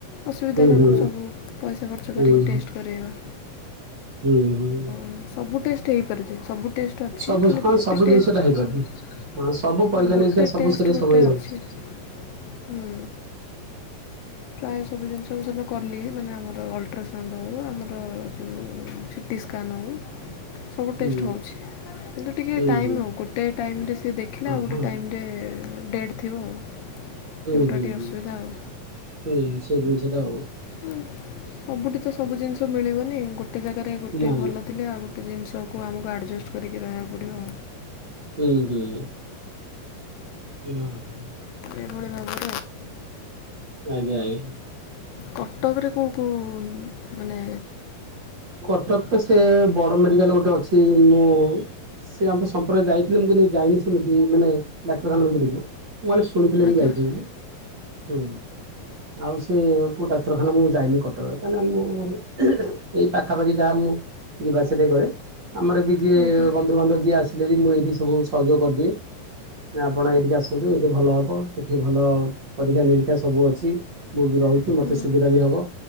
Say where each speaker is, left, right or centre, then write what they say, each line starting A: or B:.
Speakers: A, on the left (about 80°); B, on the right (about 40°).
A: ଅସୁବିଧା ତାଙ୍କୁ
B: ହୁଁ
A: ସବୁ ପଇସା ଖର୍ଚ୍ଚ
B: ହୁଁ
A: କରିକି
B: ହୁଁ
A: ଟେଷ୍ଟ କରେଇବା।
B: ହୁଁ, ହୁଁ।
A: ଉଁ, ସବୁ ଟେଷ୍ଟ ହେଇପାରୁଛି, ସବୁ ଟେଷ୍ଟ ଅଛି,
B: ସବୁ
A: ଖାଲି
B: ହଁ
A: ଗୋଟେ
B: ସବୁ
A: ଟେଷ୍ଟ
B: ଜିନିଷ ଟା ହେଇପାରୁନି
A: ଅଁ,
B: ହଁ ସବୁ ପରୀକ୍ଷା
A: ଗୋଟେ
B: ନିରୀକ୍ଷା ସବୁ
A: ଟେଷ୍ଟ
B: ସେଠି
A: ଗୋଟେ
B: ସବୁ ହେଇଯାଉଛି।
A: ଅଛି ହୁଁ,। ପ୍ରାୟ ସବୁ ଜିନିଷ ମୁଁ ସେଦିନ କଲି, ମାନେ ଆମର ଅଲଟ୍ରାସାଉଣ୍ଡ ହଉ, ଆମର ଯୋଉ <inaudible> ଟିସ୍କାନଉ ସବୁ
B: ହୁଁ
A: ଟେଷ୍ଟ ହଉଛି। କିନ୍ତୁ ଟିକେ
B: ହୁଁ
A: ଟାଇମ୍
B: ହୁଁ
A: ନଉ ଆଉ ଗୋଟେ ଟାଇମୂ ରେ ସିଏ ଦେଖିଲା, ଆଉ ଗୋଟେ
B: ହଁ ହଁ।
A: ଟାଇମ୍ ରେ ଅଁ, ଡେଟ୍ ଥିବ।
B: <inaudible>
A: ସେଗୁଟା
B: ସେଦିନ
A: ଟିକେ ଅସୁବିଧା ଆଉ
B: ସେଟା ହଉ।
A: ହୁଁ, ସବୁଠି ତ ସବୁ ଜିନିଷ ମିଳିବନି, ଗୋଟେ ଜାଗାରେ ଗୋଟେ
B: ନା
A: ଭଲ
B: ନା
A: ଥିଲେ ଆଉ ଗୋଟେ ଜିନିଷକୁ ଆମକୁ ଆଡ଼ଜଷ୍ଟ କରିକି ରହିବାକୁ ପଡ଼ିବ।
B: ହୁଁ, ହୁଁ। <unintelligible>
A: ଏଭଳି ଭାବ
B: ଆଜ୍ଞା, ଆଜ୍ଞା।
A: କଟକରେ କୋଉ କୋଉ ମାନେ
B: କଟକ ତ ସେ ବଡ଼ ମେଡିକାଲ୍ ଗୋଟେ ଅଛି ମୁଁ ସେ ଆମ ସମ୍ପର୍କ ଯାଇଥିଲେ ମୁଁ କିନ୍ତୁ ଯାଇନି ସେମିତି ମାନେ ଡାକ୍ତରଖାନା ଭିତରକୁ, ମାନେ ଶୁଣି ଥିଲେ
A: ଆଜ୍ଞା
B: ମୁଁ ଯାଇଥାନ୍ତି ଯେ। ହଁ, ଆଉ ସେ କୋଉ ଡାକ୍ତରଖାନା ମୁଁ ଯାଇନି କଟକ କାହିଁ ନା ମୁଁ ଏଇ ପାଖାପାଖି ଯାହା ମୁଁ ଯିବା ଆସିଵା ଟିକେ କରେ, ଆମର ବି ଯିଏ
A: ଆଜ୍ଞା
B: ବନ୍ଧୁବାନ୍ଧବ ଯିଏ ଆସ ଥିଲେ ବି ମୁଁ ଏଇଠି ସବୁ ସହଯୋଗ କରିଦିଏ। ନା ଆପଣ ଏଇଠିକି ଆସନ୍ତୁ, ଏଇଠି ଭଲ ହବ, ଏଠି ଭଲ ପରୀକ୍ଷା ନିରୀକ୍ଷା ସବୁ ଅଛି। ମୁଁ ବି ରହୁଛି
A: ହୁଁ
B: ମୋତେ ସୁବିଦା ବି ହବ